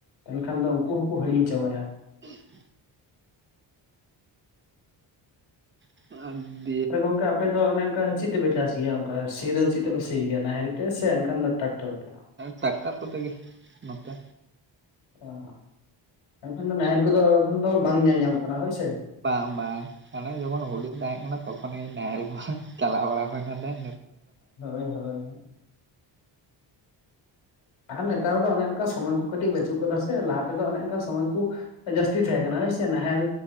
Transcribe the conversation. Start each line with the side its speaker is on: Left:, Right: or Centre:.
Left: ᱮᱱᱠᱷᱟᱱ ᱫᱚ ᱩᱱᱠᱩ ᱦᱚᱸᱠᱚ ᱦᱤᱲᱤᱧ ᱪᱟᱵᱟᱭᱟ᱾
Right: <unintelligible> <unintelligible>
Left: ᱜᱚᱝᱠᱮ ᱟᱯᱮᱫᱚ ᱚᱱᱮ ᱚᱱᱠᱟ ᱪᱮᱫ ᱛᱮᱯᱮ ᱪᱟᱥ ᱜᱮᱭᱟ ᱚᱱᱠᱟ ᱥᱤ ᱫᱚ ᱪᱮᱫ ᱛᱮᱯᱮ ᱥᱤ ᱜᱮᱭᱟ ᱱᱟᱦᱮᱞ ᱛᱮ ᱥᱮ ᱮᱱᱠᱷᱟᱱ ᱫᱚ ᱴᱨᱟᱠᱴᱚᱨ ᱛᱮ?
Right: ᱴᱟᱠᱴᱟᱨ ᱠᱚᱛᱮ ᱜᱮ ᱱᱚᱛᱮ
Left: ᱚ ᱮᱱᱠᱷᱟᱱ ᱫᱚ ᱱᱟᱦᱮᱞ ᱠᱚᱫᱚ ᱮᱠᱷᱚᱱ ᱫᱚ ᱵᱟᱝ ᱧᱮᱞ ᱧᱟᱢᱚᱜ ᱠᱟᱱᱟ ᱦᱳᱭ ᱥᱮ
Right: ᱵᱟᱝ ᱵᱟᱝ ᱢᱟᱱᱮ ᱡᱚᱠᱷᱚᱱ ᱦᱩᱰᱤᱝ ᱛᱟᱦᱮᱸ ᱠᱟᱱᱟ ᱛᱚᱠᱷᱚᱱ ᱱᱟᱦᱮᱞ ᱠᱚ ᱪᱟᱞᱟᱣ ᱵᱟᱲᱟ ᱦᱩᱭᱱᱟ ᱫᱮᱱ
Left: ᱦᱳᱭ ᱦᱳᱭ ᱟᱨ ᱱᱮᱛᱟᱨ ᱫᱚ ᱚᱱᱮ ᱚᱱᱠᱟ ᱥᱚᱢᱚᱭ ᱠᱩ ᱠᱟᱹᱴᱤᱡ ᱵᱟᱹᱪᱩᱜ ᱠᱟᱫᱟ ᱥᱮ ᱞᱟᱦᱟ ᱛᱮᱫᱚ ᱚᱱᱮ ᱚᱱᱠᱟ ᱥᱚᱢᱚᱭ ᱠᱩ ᱡᱟᱹᱥᱛᱤ ᱛᱮᱦᱮᱸ ᱠᱟᱱᱟ ᱦᱳᱭᱥᱮ ᱱᱟᱦᱮᱞ